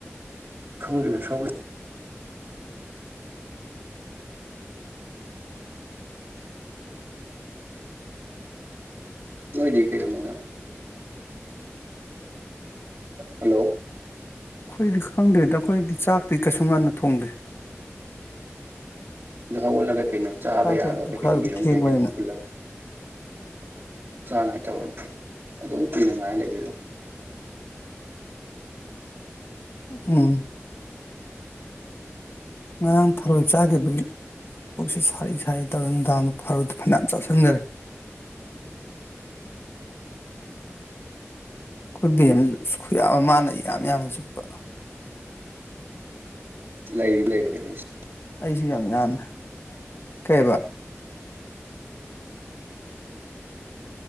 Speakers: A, on the right; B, on the left.
A: ꯈꯪ ꯁ ꯅꯗꯤ ꯊꯅ ꯍꯜꯂꯣ
B: ꯑꯩꯈꯣꯏꯗꯤ ꯈꯪꯗꯦꯗ ꯑꯩꯈꯣꯏꯗꯤ ꯆꯥꯛꯇꯤ ꯀꯩꯁꯨ ꯉꯥꯟꯟꯅ ꯊꯣꯡꯗꯦ
A: ꯍꯕꯣ ꯂꯒꯦ ꯀꯩꯅꯣ ꯆꯥꯕ
B: ꯆꯥꯛꯇꯤ
A: ꯌꯥꯕ
B: ꯑꯗꯨꯝ
A: ꯀꯩꯀꯩꯅ
B: ꯈꯔ ꯑꯗꯨꯝ
A: ꯌꯦꯔꯨꯝ
B: ꯊꯦꯡꯕꯅꯤꯅ
A: ꯀꯩꯀꯩꯅꯣ ꯄꯨꯜꯂꯒ ꯆꯥꯅꯉꯥꯏ ꯇꯧꯔꯅꯤ ꯑꯗꯨꯝ ꯀꯨꯏꯅꯉꯥꯏ ꯂꯩꯗꯣꯏꯗꯣ
B: ꯎꯝ ꯉꯔꯥꯡ ꯊꯥꯔꯣꯏ ꯆꯥꯈꯤꯕꯒꯤ ꯄꯨꯛꯁ ꯁꯥꯔꯤ ꯁꯥꯔꯤ ꯇꯧꯔ ꯗꯥꯗ ꯐꯥꯔꯨꯗ ꯐꯅꯌꯥꯝ ꯆꯥꯎꯁꯤꯟꯈꯔꯦ ꯑꯩꯈꯣꯏ ꯕꯦꯟ ꯈꯨꯌꯥꯕ ꯃꯥꯅ ꯌꯥꯝ ꯌꯥꯝꯅ ꯆꯠꯄ
A: ꯂꯩ ꯂꯩꯕꯅꯦ ꯍꯧꯖꯤꯛꯁ
B: ꯑꯩꯁꯨ ꯌꯥꯝ ꯌꯥꯝꯃꯦ ꯀꯩꯕ